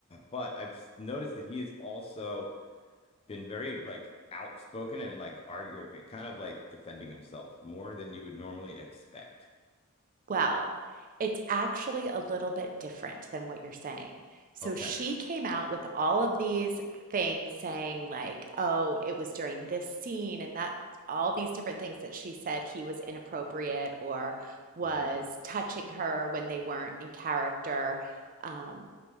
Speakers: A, on the left; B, on the right.
A: but I've s- noticed that he has also been very like outspoken and like arguing, kind of like defending himself more than you would normally expect.
B: Well, it's actually a little bit different than what you're saying. So
A: Okay.
B: she came out with all of these things saying, like, oh, it was during this scene and that, all these different things that she said he was inappropriate or was
A: hmm
B: touching her when they weren't in character. Um,